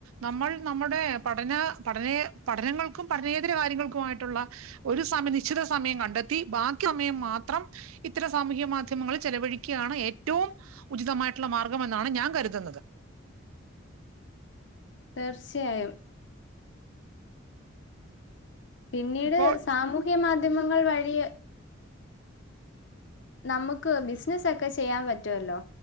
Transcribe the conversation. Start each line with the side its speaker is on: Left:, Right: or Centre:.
Right: നമ്മൾ നമ്മുടെ പഠന പഠനേ പഠനങ്ങൾക്കും പഠനേതര കാര്യങ്ങൾക്കുമായിട്ടുള്ള ഒരു സമയം നിശ്ചിത സമയം കണ്ടെത്തി ബാക്കി സമയം മാത്രം ഇത്തര സാമൂഹ്യ മാധ്യമങ്ങൾ ചെലവഴിക്കാണ് ഏറ്റവും ഉചിതമായിട്ടുള്ള മാർഗ്ഗം എന്നാണ് ഞാൻ കരുതുന്നത്
Left: തീർച്ചയായും പിന്നീട്
Right: ഇപ്പോൾ
Left: സാമൂഹ്യ മാധ്യമങ്ങൾ വഴി നമ്മുക്ക് ബിസിനസ്സക്കെ ചെയ്യാൻ പറ്റുമല്ലോ